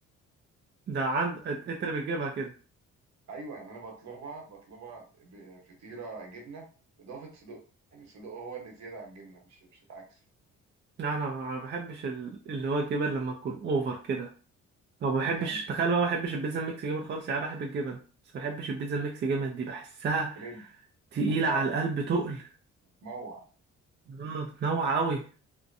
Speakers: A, on the right; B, on the right.
A: ده عند انت اللي بتجيبها كده
B: ايوه يعني انا بطلبها بطلبها ب- فطيره جبنه اضافه صدق يعني الصدق هو اللي زياده عن الجبنه مش مش العكس
A: لا انا ما بحبش ال- اللي هو الجبن لما تكون اوفر كده او ما بحبش
B: يا عم
A: تخيل بقى ما بحبش البيتزا الميكس جبن خالص يعني أنا بحب الجبن بس ما بحبش البيتزا الميكس جبن دي بحسها
B: كريب
A: تقيلة
B: بتموع
A: على القلب تقل
B: بتموع
A: اه بتنوع قوي